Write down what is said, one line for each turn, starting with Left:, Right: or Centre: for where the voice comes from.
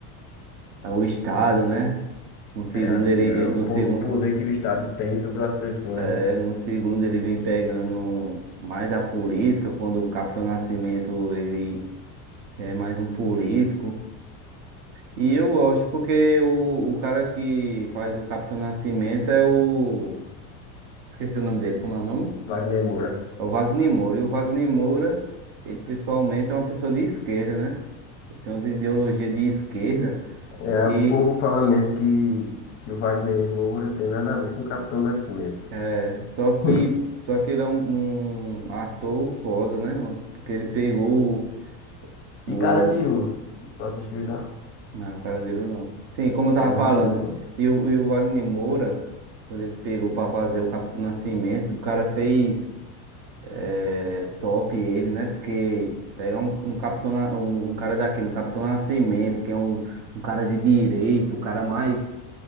Right: o estado, né? No segundo
Left: É assim,
Right: ele,
Left: a-
Right: ele- no
Left: o, po-
Right: segundo,
Left: o poder que o Estado tem sobre as pessoas,
Right: é,
Left: né?
Right: no segundo ele vem pegando mais a política, quando o Capitão Nascimento ele já é mais um político. E eu gosto porque o, o cara que faz o Capitão Nascimento é o, esqueci o nome dele, como é o nome?
Left: Wagner Moura.
Right: É o Wagner Moura. E o Wagner Moura, ele pessoalmente é uma pessoa de esquerda, né? Ele tem umas ideologias de esquerda.
Left: É,
Right: E
Left: o povo fala mesmo que, que o Wagner Moura tem nada a ver com o Capitão Nascimento.
Right: é, só que,
Left: Hum.
Right: só que ele é um, um ator foda, né? Porque ele pegou o,
Left: E Carandiru,
Right: o...
Left: tu assistiu já?
Right: Não, o Carandiru não. Sim, como eu
Left: Carandiru.
Right: tava falando. E o, e o Wagner Moura, quando ele pegou pra fazer o Capitão Nascimento, o cara fez. É, top ele, né? Porque pegar um, um capitão, Na- um, um cara daquele, um capitão Nascimento, que é um, um cara de direito, um cara mais,